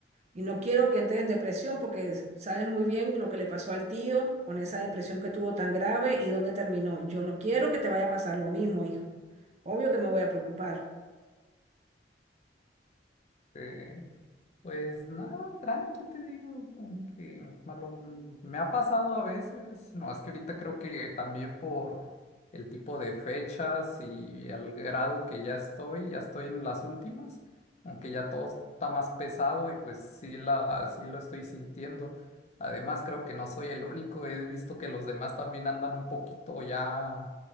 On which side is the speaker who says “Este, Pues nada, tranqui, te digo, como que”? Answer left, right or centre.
Left